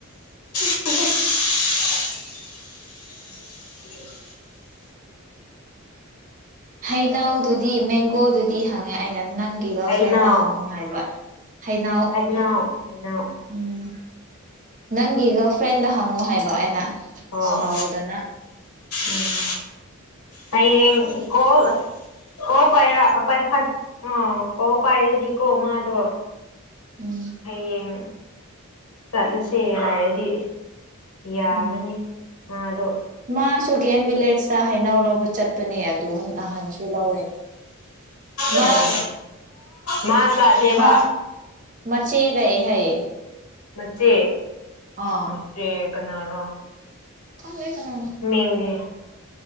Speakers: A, on the left (about 80°); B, on the right (about 35°).
A: <unintelligible>
B: ꯍꯩꯅꯧꯗꯨꯗꯤ ꯃꯦꯡꯒꯣꯗꯨꯗꯤ ꯍꯪꯉꯦ ꯑꯩꯅ ꯅꯪ ꯅꯪꯒꯤ ꯒꯔ
A: ꯍꯩꯅꯧ
B: ꯐ꯭ꯔꯦꯟꯗ ꯍꯪꯉꯨ ꯍꯥꯏꯕ ꯍꯩꯅꯧ
A: ꯍꯩꯅꯧ ꯍꯩꯅꯧ
B: ꯎꯝ ꯅꯪꯒꯤ ꯒꯔꯜ ꯐ꯭ꯔꯦꯟꯗ ꯍꯪꯉꯨ ꯍꯥꯏꯕ ꯑꯩꯅ
A: ꯑꯣ
B: ꯁꯥꯎꯗꯅ
A: ꯎꯝ ꯍꯌꯦꯡ ꯀꯣꯜ ꯀ ꯄꯥꯏꯔ ꯄꯥꯏꯈꯥ ꯑꯥ ꯀꯣꯜ ꯄꯥꯏꯔꯗꯤꯀꯣ ꯃꯥꯗꯣ
B: ꯎꯝ
A: ꯍꯌꯦꯡ ꯆꯠꯂꯁꯦ ꯍꯥꯏꯔꯗꯤ ꯌꯥꯒꯅꯤ
B: ꯎꯝ
A: ꯃꯥꯗꯣ
B: ꯃꯥꯁꯨ ꯒꯦꯝ ꯚꯤꯂꯦꯖꯇ ꯍꯩꯅꯧ ꯂꯧꯕ ꯆꯠꯄꯅꯦ ꯑꯗꯨꯝ ꯅꯍꯥꯟꯁꯨ ꯂꯧꯋꯦ ꯃꯥ
A: ꯑꯣ ꯃꯥ ꯆꯠꯂꯦꯕ
B: ꯃꯥ ꯃꯆꯦ ꯂꯩ ꯍꯥꯏꯌꯦ
A: ꯃꯆꯦ
B: ꯑꯥ
A: ꯃꯆꯦ ꯀꯅꯥꯔꯣ
B: ꯈꯪꯗꯦ ꯀꯅꯥꯅꯣ
A: ꯃꯤꯡꯗꯤ